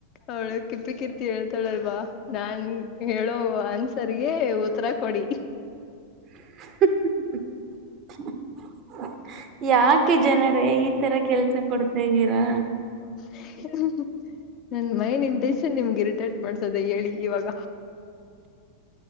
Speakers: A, on the left (about 35°); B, on the right (about 35°).
A: ಅವಳು ಕಿಪ್ಪಿ ಕೀರ್ತಿ ಹೇಳ್ತಾಳಲ್ವಾ ನಾನ್ ಹೇಳೋ ಅನ್ಸರ್ಗೆ ಉತ್ತರಕ್. ಕೊಡಿ.
B: <inaudible> ಯಾಕೆ ಜನರೇ ಈ ತರ ಕೆಲ್ಸ ಕೊಡ್ತಾದೀರಾ.
A: ಹ ನನ್ ಮೈಂಡ್ ಇಂಟೆನ್ಷನ್ ನಿಮ್ಗೆ ಇರಿಟೇಟ್ ಮಾಡ್ಸದ ಹೇಳಿಕ್ಕೆ ಇವಾಗ.